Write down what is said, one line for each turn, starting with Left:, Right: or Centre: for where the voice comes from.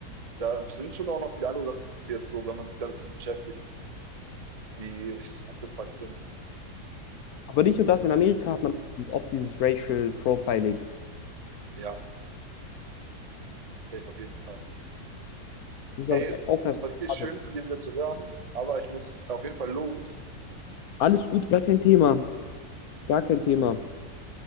Right: Da sind schon auch noch viele andere Sachen passiert, so wenn man sich da ein bisschen beschäftigt, die richtig abgefuckt sind.
Left: Aber nicht nur das,
Right: Aber
Left: in Amerika hat man dieses- oft dieses Racial Profiling.
Right: ja, safe auf jeden Fall.
Left: Das ist
Right: Ey,
Left: aber auch
Right: es
Left: einfach
Right: war richtig
Left: schade.
Right: schön von dir wieder zu hören, aber ich muss auf jeden Fall los.
Left: Alles gut, gar kein Thema. Gar kein Thema.